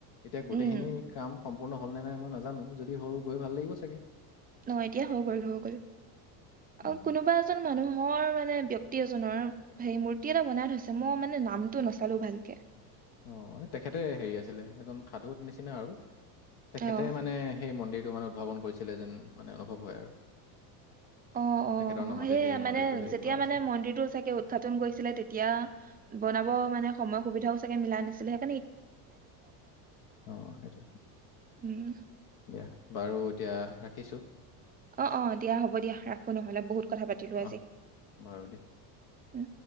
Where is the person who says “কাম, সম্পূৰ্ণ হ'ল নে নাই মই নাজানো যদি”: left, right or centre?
Left